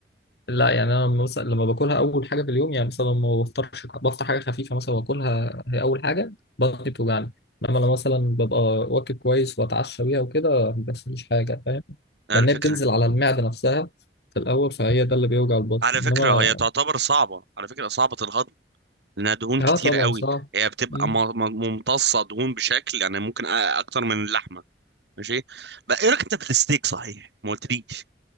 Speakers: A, on the left; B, on the right.
A: لا يعني انا مثلا لما باكلها اول حاجه في اليوم يعني مثلا ما بفطرش بفطر حاجه خفيفه مثلا واكلها هي اول حاجه بطني بتوجعني انما انا مثلا ببقى واكل كويس واتعشى بيها وكده ما بيحصليش حاجه فاهم
B: آه،
A: لان
B: الفكرة
A: هي بتنزل على المعده نفسها في الاول فهي ده اللي بيوجع البطن
B: على
A: انما
B: فكرة هي تعتبر صعبة على فكرة صعبة الهضم لأنها دهون
A: اه
B: كتير
A: طبعا
B: قوي
A: صعب
B: هي بتبقى
A: مم.
B: م- م- ممتصة دهون بشكل يعني ممكن أ- أكتر من اللحمة ماشي بقى إيه رأيك أنت في الستيك صحيح ما قلتليش